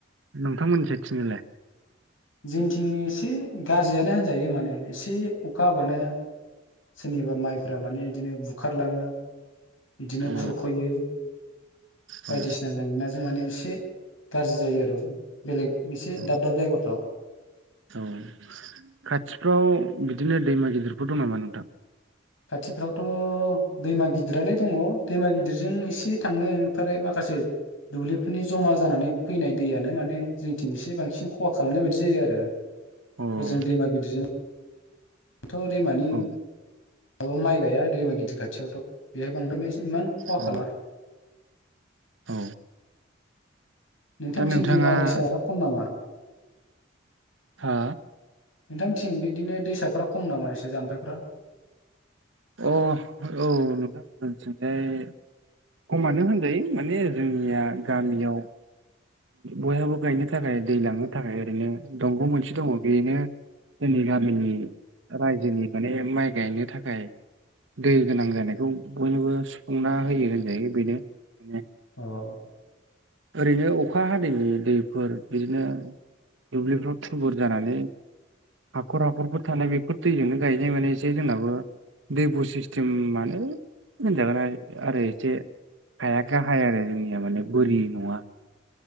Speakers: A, on the right; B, on the left.
A: नोंथांमोननि साय थिंलाय
B: जोंनिथिं एसे गाज्रियानो होनजायो माने एसे अखा हाबानो सोरनिबा माइफोरा माने बिदिनो बुखारलाङो बिदिनो
A: अ
B: खुरख'यो
A: औ
B: बायदिसिना जेंना जों माने एसे गाज्रि जायो आरो बेलेग एसे
A: औ
B: दाब दाब जायगाफ्राव
A: औ खाथिफ्राव बिदिनो दैमा गिदिरफोर दं नामा नोंथां
B: खाथिफ्रावथ' दैमा गिदिरालाय दङ दैमा गिदिरजों एसे थाङो ओमफ्राय माखासे दुब्लिफोरनि जमा जानानै फैनाय दैयानो माने जोंथिं एसे बांसिन खहा खालामनाय बायदि जायो आरो
A: अ
B: हजों दैमा गिदिरजों थ' दैमानि
A: औ
B: माब्लाबा माइ गाया दैमा गिदिर खाथियावथ' बेहाय बांद्राय मान होन खहा
A: औ
B: खालाम
A: औ
B: नोंथांमोनथिनि
A: दा नोंथाङाथ'
B: दैमा दैसाफ्रा खम नामा <inaudible>
A: हा
B: नोंथांमोननिथिं बिदिनो दैसाफ्रा खम नामा एसे जाम्फैफ्रा
A: अ औ नोंथांमोन मोनथिंलाय खमानो होनयो माने जोंनिया गामियाव बयहाबो गायनो थाखाय दै लांनो थाखाय ओरैनो दंग' मोनसे दंङ बेनो जोंनि गामिनि रायजोनि माने माइ गायनो थाखाय दै गोनां जानायखौ बयनोबो सुफुंना होयो होनजायो बेनो माने
B: औ
A: ओरैनो अखा हादैनि दैफोर बिदिनो दुब्लिफ्राव थुबुर जानानै हाखर हाखरफोर थानाय बेफोर दैजोंनो गायनाय माने एसे जोंनाबो दै बु सिस्टेमानो होनजागोन आरो आरो एसे हाया गाहाय आरो जोंनिया माने बोरि नङा